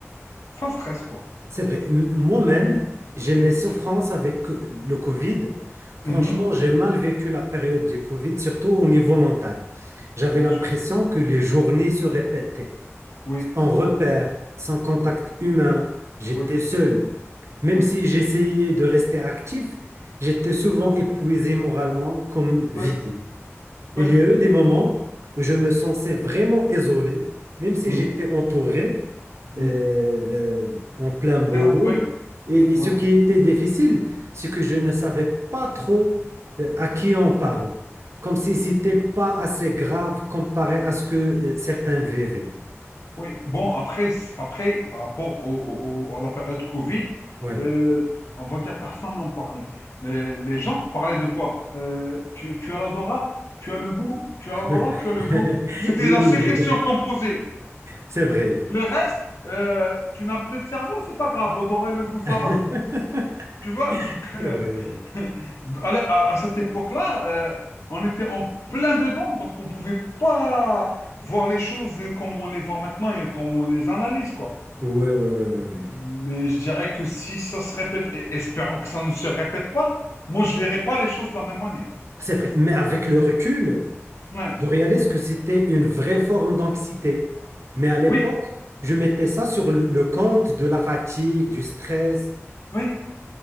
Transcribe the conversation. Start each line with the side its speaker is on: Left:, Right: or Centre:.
Left: ça me stresse, quoi.
Right: C'est vrai. M- Moi-même, j'ai
Left: Mhm.
Right: mes souffrances avec le Covid. Franchement,
Left: Mhm.
Right: j'ai mal vécu la période du Covid, surtout au niveau mental. J'avais
Left: Bien
Right: l'impression
Left: sûr.
Right: que les journées se répétaient.
Left: Oui,
Right: sans repère, sans contact
Left: oui,
Right: humain. J'étais
Left: oui,
Right: seul. Même
Left: oui,
Right: si j'essayais de rester actif, j'étais souvent épuisé moralement comme vidé.
Left: oui,
Right: Il
Left: oui.
Right: y a eu des moments où je me sentais vraiment isolé, même si
Left: Mhm.
Right: j'étais entouré
Left: Mhm.
Right: euh, euh, en plein boulot.
Left: C'est là, oui,
Right: Et,
Left: oui,
Right: et ce
Left: voilà.
Right: qui était difficile, c'est que je ne savais pas trop euh, à qui on parle, comme si c'était pas assez grave comparé à
Left: Mm.
Right: ce que euh, certains vivaient.
Left: Oui, bon, après, c- après par rapport au, au- au- à la période Covid,
Right: Oui.
Left: euh, on va dire personne n'en parlait. Les, les gens parlaient de quoi? Euh, tu, tu as l'odorat, tu as le goût, tu as
Right: <laughs>
Left: l'odorat, tu as le goût. C'était
Right: Oui,
Left: la seule question qu'on posait.
Right: c'est vrai.
Left: Le reste, euh, tu n'as plus de cerveau, c'est pas grave. L'odorat et le goût, ça
Right: <laughs>
Left: va. Tu vois, donc,
Right: C'est
Left: euh,
Right: vrai, oui.
Left: <laughs> à, à- à cette époque-là, euh, on était en plein dedans, donc on ne pouvait pas voir les choses comme on les voit maintenant et comme on les analyse, quoi.
Right: Ouais, ouais, ouais, ouais, ouais.
Left: Mais je dirais que si ça se répète, et espérons que ça ne se répète pas, moi, je ne verrai pas les choses de la même manière.
Right: C'est vrai. Mais avec le recul,
Left: Ouais.
Right: je réalise que c'était une vraie forme d'anxiété. Mais à l'époque,
Left: Oui,
Right: je mettais ça sur le, le compte de la fatigue, du stress.
Left: oui,